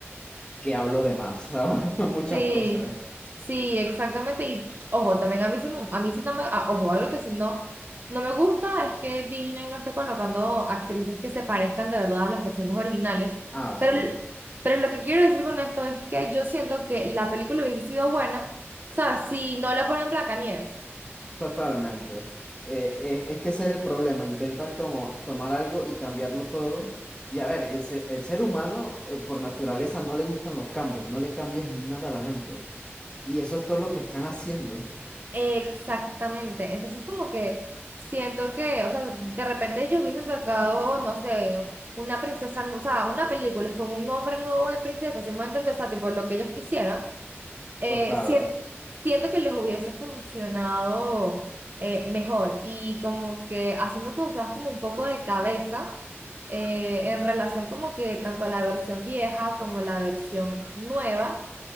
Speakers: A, on the left; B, on the right.
A: que habló de más, ¿sabes? <laughs> Muchas
B: Sí,
A: cosas.
B: sí, exactamente. Y ojo, también a mí sí, me- a mí sí no me, ah, ojo, algo que sí no, no me gusta es que Disney no esté colocando actrices que se parezcan de verdad a las versiones originales.
A: Ah, sí,
B: Pero, pero lo que quiero decir con esto es que yo siento que la película hubiese sido buena, ¿sabes? Si no le ponen Blancanieves.
A: totalmente. Eh, es, es que ese es el problema, intentan como tomar algo y cambiarlo todo. Y a ver, el ser, el ser humano eh, por naturaleza no le gustan los cambios, no le cambies nada a la gente. Y eso es todo lo que están haciendo.
B: Exactamente. Entonces, como que siento que, o sea, de repente ellos hubiesen sacado, no sé, una princesa, o sea, una película con un nombre nuevo de princesa, si me entiendes, o sea, tipo lo que ellos quisieran, eh,
A: <laughs> Total.
B: sien- siento que les hubiese funcionado eh, mejor. Y como que haciendo cosas como un poco de cabeza, eh, en relación como que tanto a la versión vieja como la versión nueva.